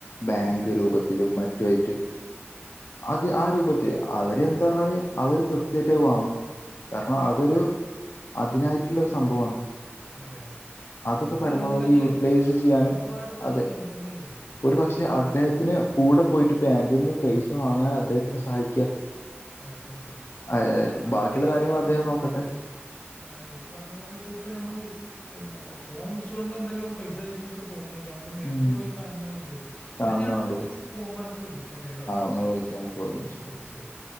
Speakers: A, on the left (about 65°); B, on the left (about 30°).
A: ബാങ്ക്
B: തീർച്ചയായിട്ടും
A: രൂപ ത്തിലും മറ്റുമായിട്ട് അത് ആ രൂപത്തില് അവര് എന്താ പറഞ്ഞാല് അവര് കൃത്യമായിട്ട വാങ്ങും അപ്പൊ അതൊരു
B: ആ
A: അതിനായിട്ടുള്ളരു സംഭവമാണ്
B: അതെ അതെ
A: അതൊക്കെ
B: അതിൽ
A: പരമാവധി
B: ബന്ധങ്ങളില്ല
A: യൂട്ടിലൈസ്
B: ആ
A: ചെയ്യാനും
B: ഇടപാടുകളില്
A: അതെ
B: ബന്ധങ്ങളില്ല
A: ഒരു പക്ഷെ
B: അതാണ്
A: അദ്ദേഹത്തിന്
B: നല്ലത്
A: കൂടെ പോയിട്ട് ബാങ്കിൽ നിന്ന് പൈസ വാങ്ങാൻ അദ്ദേഹത്തിന് സഹായിക്കുക
B: അതെ തീർച്ചയായിട്ടും
A: ആഹ്
B: എന്തായാലും നമുക്ക്ജി
A: ബാക്കിയുള്ള കാര്യങ്ങൾ അദ്ദേഹം
B: പറഞ്ഞ
A: നോക്കട്ടെ
B: പോലെ ആഹ അതെ ഇനിഞ് പറഞ്ഞ പോലെ ഇത് ഇപ്പൊ നമ്മള് ഫോൺ വിളിച്ചൊണ്ട് എന്തായാല പൈസ തരുന്നു തോന്നുന്നില്ല അവനെ നേരിട്ട
A: ഉം
B: പോയി കാണേ വേണ്ടി
A: കാണണം വേണ്ടത്
B: വര പോകുമ്പോ എനിക്ക് വിളിക്കേണ്ട കേട്ടോ
A: ആ വിളിക്ക നമുക്ക് ഒരുമിച്ചു
B: ശരി ശരി